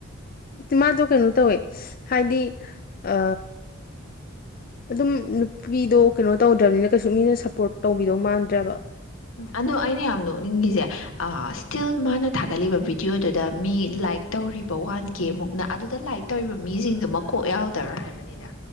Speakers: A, on the left; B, on the left.
A: ꯃꯥꯗꯣ ꯀꯩꯅꯣ ꯇꯧꯋꯦ ꯍꯥꯏꯗꯤ ꯑ ꯑꯗꯨꯝ ꯅꯨꯄꯤꯗꯣ ꯀꯩꯅꯣ ꯇꯧꯗ꯭ꯔꯕꯅꯤꯅ ꯀꯩꯁꯨ ꯃꯤꯅ ꯁꯞꯄꯣꯔꯠ ꯇꯧꯕꯤꯗꯧ ꯃꯥꯟꯗ꯭ꯔꯕ
B: ꯑꯗꯣ ꯑꯩꯅ ꯌꯥꯝ ꯅꯣꯛꯅꯤꯡꯉꯤꯁꯦ ꯁ꯭ꯇꯤꯜ ꯃꯥꯅ ꯊꯥꯒꯠꯂꯤꯕ ꯕꯤꯗꯤꯑꯣꯗꯨꯗ ꯃꯤ ꯂꯥꯏꯛ ꯇꯧꯔꯤꯕ ꯋꯥꯟ ꯀꯦ ꯃꯨꯛꯅ ꯑꯗꯨꯗ ꯂꯥꯏꯔꯤꯛ ꯇꯧꯔꯤꯕ ꯃꯤꯁꯤꯡꯗꯨ ꯃꯀꯣꯛ ꯌꯥꯎꯗꯕ꯭ꯔꯥ ꯍꯥꯏꯕꯅꯤꯗ